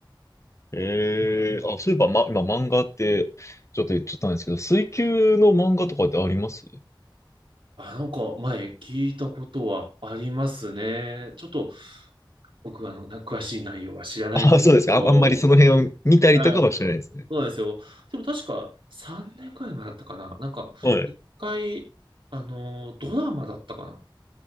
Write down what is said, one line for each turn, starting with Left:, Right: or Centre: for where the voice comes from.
Left: ええあ、
Right: あの
Left: そういえば、ま、今、漫画って、ちょっと言っちゃったんですけど、水球の漫画とかってあります
Right: あ、なんか前聞いたことはありますね。ちょっと僕あの、な詳しい内容は知らないんですけど。
Left: <laughs> あ、そうですか。あ、あんまりその辺を見たりとかはしてないですね。
Right: はい。そうなんですよ。でも確か3年くらい前だったかな。なんか、
Left: はい。
Right: 一回、あの、ドラマだったかな。